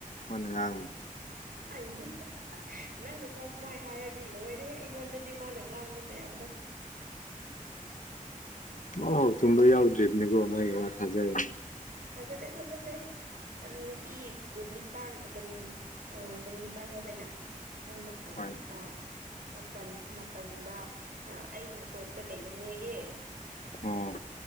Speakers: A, on the left; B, on the right.
A: ꯃꯟꯅ ꯉꯥꯡ
B: ꯎꯝ ꯅꯪꯅ ꯐꯥꯎ ꯁꯨꯃꯥꯏ ꯍꯥꯏꯔꯗꯤ ꯂꯣꯏꯔꯦꯍꯦ ꯑꯩꯉꯣꯟꯗꯗꯤ ꯃꯥꯅ ꯉꯥꯡꯕ ꯃꯌꯥꯝꯗꯣ
A: ꯃꯥ ꯍꯥꯎ ꯊꯨꯝꯕ ꯌꯥꯎꯗ꯭ꯔꯤꯕꯅꯤꯀꯣ ꯃꯥꯒꯤ ꯋꯥ ꯊꯥꯖꯔ
B: ꯊꯥꯖꯗꯦ ꯊꯥꯖꯗꯦ ꯑꯅꯨꯄꯤ ꯀꯨꯟꯅꯤꯄꯥꯟ ꯀꯨꯟ ꯑ ꯀꯔꯤ ꯅꯤꯄꯥꯟ ꯍꯥꯏꯕ ꯑꯩꯅ ꯅꯤꯄꯥꯟ ꯃꯥꯄꯟ
A: ꯍꯣꯏ
B: ꯑꯥ ꯃꯥꯄꯟ ꯃꯥꯄꯟꯗ ꯑꯑꯩꯅ ꯇꯣꯞꯇ ꯂꯩꯕꯅꯦꯌꯦ
A: ꯑꯣ